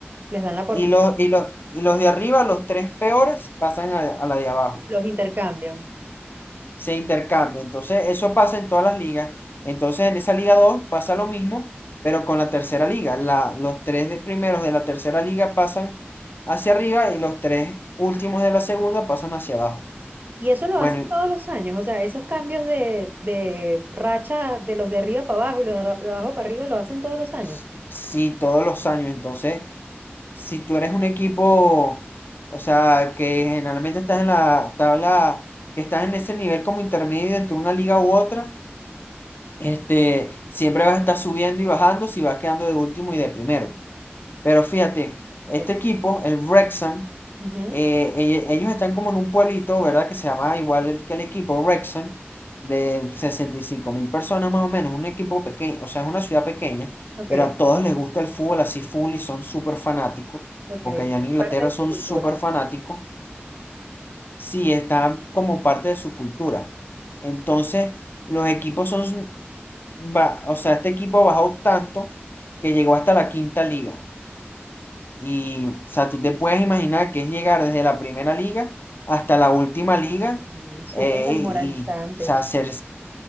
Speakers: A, on the right (about 45°); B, on the left (about 55°).
A: les dan la oportunidad,
B: Y los, y los, y los de arriba, los tres peores, pasan a, a la de abajo.
A: los intercambian.
B: Se intercambia. Entonces, eso pasa en todas las ligas. Entonces, en esa Liga 2 pasa lo mismo, pero con la tercera liga. La, los tres de- primeros de la tercera liga pasan hacia arriba y los tres últimos de la segunda pasan hacia abajo.
A: Y eso lo
B: Bueno,
A: hacen
B: y
A: todos los años, o sea, esos cambios de, de racha de los de arriba para abajo y los de ar- de abajo para arriba lo hacen todos los años.
B: s- sí, todos los años. Entonces, si tú eres un equipo, o sea, que generalmente estás en la tabla, que estás en ese nivel como intermedio entre una liga u otra, este, siempre vas a estar subiendo y bajando si vas quedando de último y de primero. Pero fíjate, este
A: Ok,
B: equipo, el Wrexham,
A: ujú,
B: eh, ell- ellos están como en un pueblito, ¿verdad? Que se llama igual el- que el equipo, Wrexham, de sesenta y cinco mil personas más o menos, un equipo pequeño, o sea, es una ciudad pequeña,
A: ok,
B: pero a todos les gusta el fútbol así full y son súper fanáticos,
A: ok,
B: porque
A: es
B: allá en Inglaterra
A: parte de
B: son
A: su cultura.
B: súper fanáticos, sí, está como parte de su cultura. Entonces, los equipos son, va- o sea, este equipo bajó tanto que llegó hasta la quinta liga. Y, o sea, tú te puedes imaginar que es llegar desde la primera liga hasta la última liga
A: Mm, Es
B: eh,
A: súper desmoralizante.
B: y, o sea, ser,